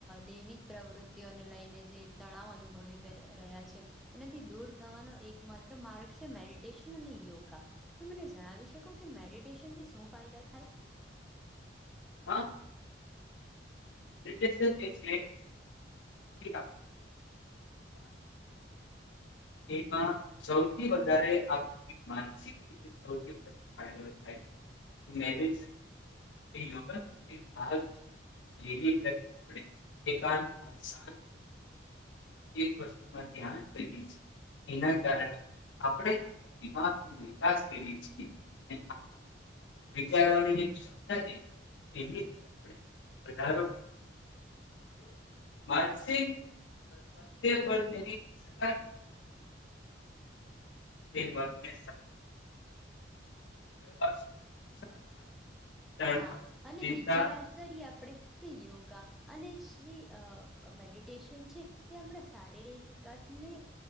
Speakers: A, in the centre; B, on the left (about 75°).
A: દૈનિક પ્રવૃતિઓને લઈને જે તણાવ અનુભવી રહ્યા છે, એનાથી દૂર થવાનો એક માત્ર માર્ગ છે મેડિટેશન અને યોગા, મને જણાવી શકો કે મેડિટેશનથી શું ફાયદા થાય?
B: હા. ક્રિકેટ છે <unintelligible> <unintelligible> એમાં સૌથી વધારે <unintelligible> સાત એક વસ્તુમાં ધ્યાન કરીએ છીએ એના કારણે આપણે આપણા દિમાકનો વિકાસ કરીએ છીએ અને વિચારવાની જે ક્ષમતા <unintelligible> વધારો માનસિક સ્વાસ્થ્ય પર તેની સકારાત્મક માટે તે મને પ્રોત્સાહન આપીને તણાવ
A: હા અને
B: ચિંતા
A: બીજી વાત કરીએ આપડે તો યોગા અને જે મેડિટેશન છે એ આપણા શારીરિક વિકાસને